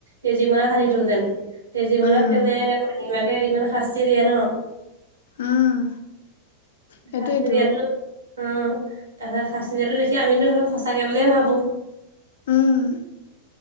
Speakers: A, on the right; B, on the left.
A: তেজীমলা শাধুতো যেন তেজীমলাক
B: উম
A: কেলেই মাহী মাকে ইমান শাস্তি দিয়ে ন?
B: উম। সেইটোয়েতো
A: শাস্তি দিয়াটো অ', তাৰপিছত শাস্তি দিয়াটো দেখি আমিতো ধৰ সঁচাকে বুলিয়ে ভাবোঁ।
B: উম।